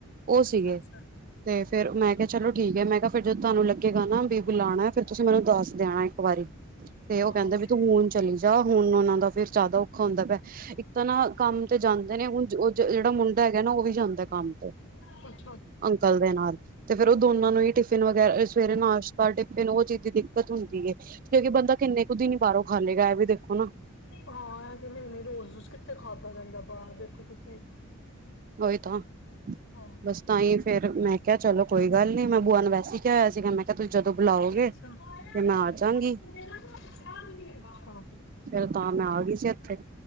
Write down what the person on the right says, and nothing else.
ਉਹ
ਸੀਗੇ
ਤੇ ਫੇਰ
ਮੈਂ ਕਿਹਾ ਚਲੋ ਠੀਕ ਆ ਮੈਂ ਕਿਹਾ ਫਿਰ ਜਦੋਂ ਤੁਹਾਨੂੰ ਲੱਗੇਗਾ ਨਾ ਬੀ ਬੁਲਾਉਣਾ ਫਿਰ ਤੁਸੀਂ ਮੈਨੂੰ ਦੱਸ ਦੇਣਾ ਇੱਕ ਵਾਰੀ। ਤੇ ਉਹ
ਕਹਿੰਦਾ ਵੀ ਤੂੰ ਹੁਣ ਚਲੀ ਜਾ। ਹੁਣ ਉਹਨਾਂ ਦਾ ਫੇਰ ਜ਼ਿਆਦਾ ਔਖਾ ਹੁੰਦਾ ਪਿਆ ਇੱਕ ਤਾਂ ਨਾ ਕੰਮ ਤੇ ਜਾਂਦੇ ਨੇ ਹੁਣ ਜਿਹੜਾ ਮੁੰਡਾ ਹੈਗਾ ਨਾ ਉਹ ਵੀ ਜਾਂਦਾ ਕੰਮ ਤੇ।
ਅੰਕਲ ਦੇ ਨਾਲ। ਤੇ ਫੇਰ ਉਹ ਦੋਨਾਂ ਨੂੰ ਹੀ ਟਿਫਿਨ ਵਗੈਰਾ ਸਵੇਰੇ ਨਾਸ਼ਤਾ ਟਿਫਿਨ ਉਹ ਚੀਜ਼ ਦੀ ਦਿੱਕਤ ਹੁੰਦੀ ਐ ਕਿਉਂਕਿ ਬੰਦਾ ਕਿੰਨੇ ਕੁ ਦਿਨੋ ਬਾਹਰੋਂ ਖਾਲੇਗਾ ਐ ਵੀ ਦੇਖੋ ਨਾ।
ਉਹੀ ਤਾਂ
ਬਸ ਤਾਂਹੀ। ਫਿਰ ਮੈਂ ਕਿਹਾ ਚਲੋ ਕੋਈ ਗੱਲ ਨੀ ਮੈਂ ਬੂਆ ਨੂੰ ਵੈਸੇ ਹੀ ਕਿਹਾ ਹੋਇਆ ਸੀਗਾ ਮੈਂ ਕਿਹਾ ਤੁਸੀਂ ਜਦੋਂ
ਬੁਲਾਓਗੇ ਤੇ ਮੈਂ ਆ ਜਾਂਗੀ ਫਿਰ ਤਾਂ ਮੈਂ ਆ ਗਈ ਸੀ ਇੱਥੇ